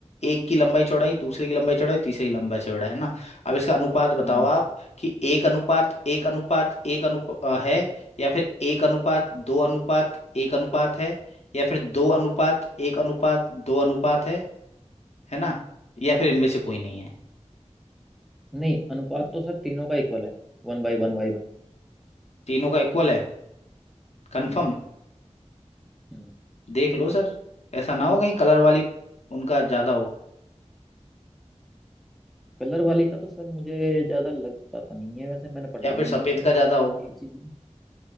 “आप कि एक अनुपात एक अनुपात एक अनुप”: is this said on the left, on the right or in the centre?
Left